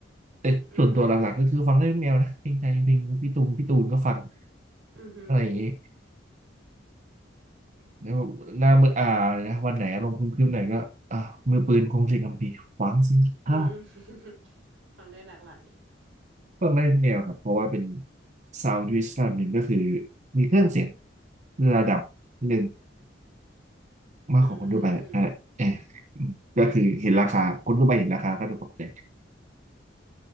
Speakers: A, on the right (about 40°); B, on the right (about 80°).
A: แต่ส่วนตัวหลักๆก็คือฟังได้ทุกแนวนะเพลงไทยเพลงพี่ตูน
B: อือหือ
A: พี่ตูนก็ฟัง
B: อือหือ
A: อะไรอย่างงี้แล้วหน้ามืออ่านะวันไหนอารมณ์ครึ้มๆหน่อยก็อ่ามือปืนคงสิงห์คัมภีร์ฟังสิงห์ใ
B: อืม <laughs> ฟังได้หลากหลาย
A: ต้ฟังได้ทุกแนวครับ เพราะว่าเป็นซาวด์ยูนิตระดับหนึ่งก็คือมีเครื่องเสียงระดับหนึ่ง มากกว่าคนทั่วไปแหละนั่นแหละเออ
B: อืม
A: อืมก็คือเห็นราคาคนทั่วไปเห็นราคาก็จะตกใจ